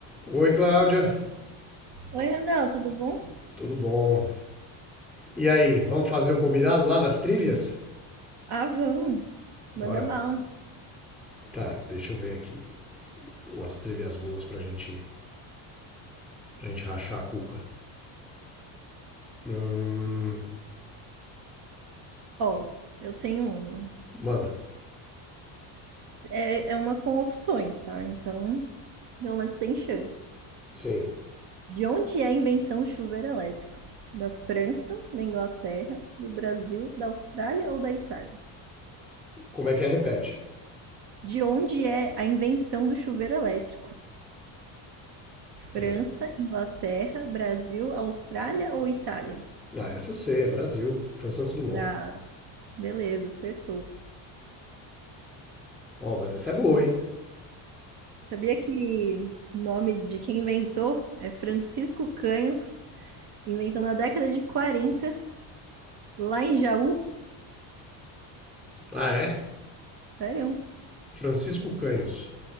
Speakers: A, in the centre; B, on the right.
A: Oi, Cláudia.
B: Oi, Randall, tudo bom?
A: Tudo bom? E aí, vamos fazer o combinado lá das trivias?
B: Ah, vamos.
A: Bora?
B: Manda bala.
A: Tá, deixa eu ver aqui. Umas trivias boas pra gente, pra gente rachar a cuca. Hum,
B: Ó, eu tenho uma.
A: manda.
B: É, é uma com opções, tá? Então, pelo menos tem chance.
A: Sim.
B: De onde é a invenção do chuveiro elétrico? Da França, da Inglaterra, do Brasil, da Austrália ou da Itália?
A: Como é que é? Repete.
B: De onde é a invenção do chuveiro elétrico? França,
A: Ela-
B: Inglaterra, Brasil, Austrália ou Itália?
A: Ah, essa eu sei, é Brasil. Foi o Santos Dumont.
B: Ah, beleza, acertou.
A: Ó, mas essa é boa, hein?
B: Sabia que o nome de quem inventou é Francisco Canhos, inventou na década de 40 lá em Jaú?
A: Ah, é?
B: Sério?
A: Francisco Canhos.